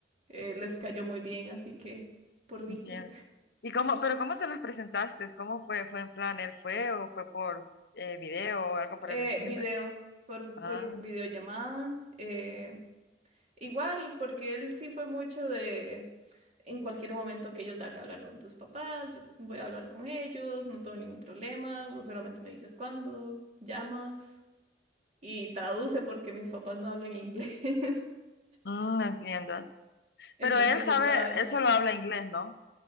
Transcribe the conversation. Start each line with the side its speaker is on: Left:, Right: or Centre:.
Right: eh, les cayó muy bien, así que por dicha.
Left: Entiendo. ¿Y cómo, pero cómo se los presentaste? ¿Cómo fue? ¿Fue en plan, él fue o fue por eh, video o algo por
Right: Eh,
Left: el estilo?
Right: video, por,
Left: Ah,
Right: por videollamada. eh, Igual, porque él sí fue mucho de en cualquier momento que yo tenga que hablar con tus papás, yo voy a hablar con ellos, no tengo ningún problema, vos solamente me dices cuándo, llamas y traduce porque mis papás no hablan inglés. <laughs>
Left: mm, entiendo.
Right: Entonces
Left: Pero él sabe,
Right: yo estaba ahí.
Left: él solo habla inglés, ¿no?